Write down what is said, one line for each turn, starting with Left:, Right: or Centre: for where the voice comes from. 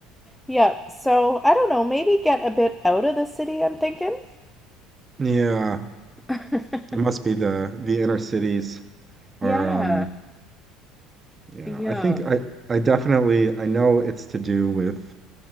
Centre: Yeah, so I don't know, maybe get a bit out of the city, I'm thinking.
Right: Yeah,
Centre: <laughs>
Right: it must be the the inner cities
Centre: Yeah,
Right: are um, yeah,
Centre: yeah,
Right: I think I I definitely I know it's to do with.